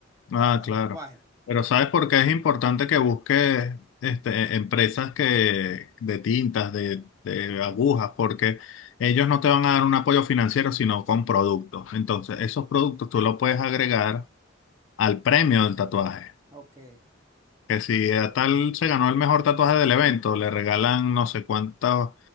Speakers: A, on the left; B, on the right.
A: Ah,
B: para los
A: claro.
B: tatuajes.
A: Pero
B: O
A: ¿sabes
B: sea,
A: por qué es importante que busques este, empresas que, de tintas, de, de agujas? Porque ellos no te van a dar un apoyo financiero, sino con productos. Entonces, esos productos tú los puedes agregar al premio del tatuaje.
B: ok.
A: Que si a tal se ganó el mejor tatuaje del evento, le regalan no sé cuántas